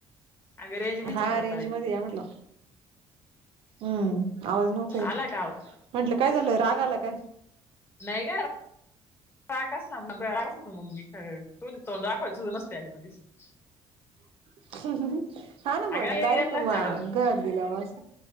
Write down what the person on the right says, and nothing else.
हा
रेंज मध्ये यां म्हटलं. हम्म आवाज नव्हता येत
म्हटलं काय झालं राग आला काय?
<unintelligible> <unintelligible> हा ना
म
डायरेक्ट
घरात
दिला बा